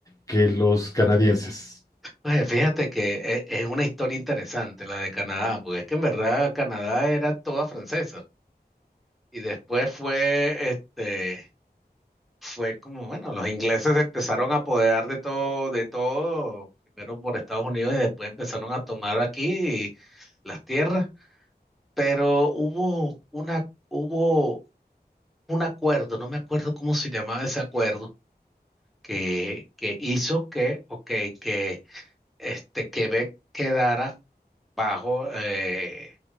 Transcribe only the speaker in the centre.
Oye, fíjate que e- es una historia interesante la de Canadá, porque es que en verdad Canadá era toda francesa y después fue, este, fue como, bueno, los ingleses se empezaron a apoderar de todo, de todo, primero por Estados Unidos y después empezaron a tomar aquí las tierras, pero hubo una, hubo un acuerdo, no me acuerdo cómo se llamaba ese acuerdo que, que hizo que, ok, que este, Quebec quedara bajo, eh,